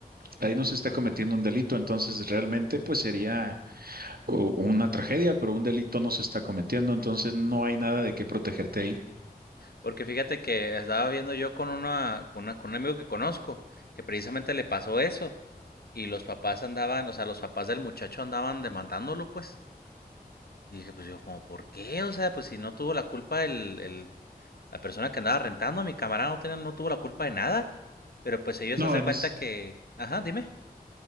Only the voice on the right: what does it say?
ahí no se está
cometiendo un delito, entonces realmente pues sería u- una tragedia, pero un delito no se está cometiendo, entonces no hay nada de qué protegerte ahí.
No,
en,
es-